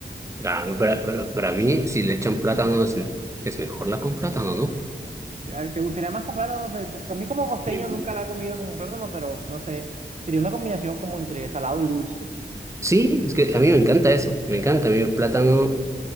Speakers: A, on the right; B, on the right.
A: Ah, para, para- para mí, si le echan plátano, es, es mejor la con plátano, ¿no?
B: Ah, ¿Te gustaría más con plátano? Eh, A mí como costeño
A: Sí.
B: nunca la he comido con plátano, pero no sé. Sería una combinación como entre salado y dulce.
A: Sí, es que a mí me encanta eso, me encanta, a mí el plátano,